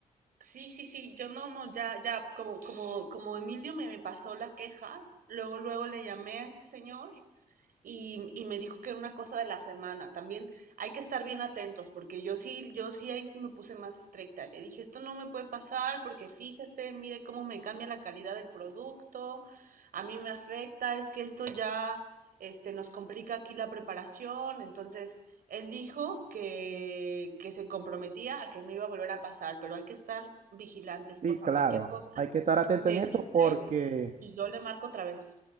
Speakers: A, on the right (about 75°); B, on the right (about 55°).
A: Sí, sí, sí, yo no, no, ya, ya, como, como, como Emilio me, me pasó la queja, luego, luego le llamé a este señor y, y me dijo que era una cosa de la semana. También hay que estar bien atentos, porque yo sí, yo sí ahí sí me puse más estricta. Le dije, esto no me puede pasar, porque fíjese, mire cómo me cambia la calidad del producto, a mí me afecta, es que esto ya este, nos complica aquí la preparación. Entonces, él dijo que, que se comprometía a que no iba a volver a pasar, pero hay que estar vigilantes, porfa,
B: Sí, claro,
A: cualquier cosa,
B: hay que estar atento
A: me
B: en eso
A: dices
B: porque
A: y yo le marco otra vez.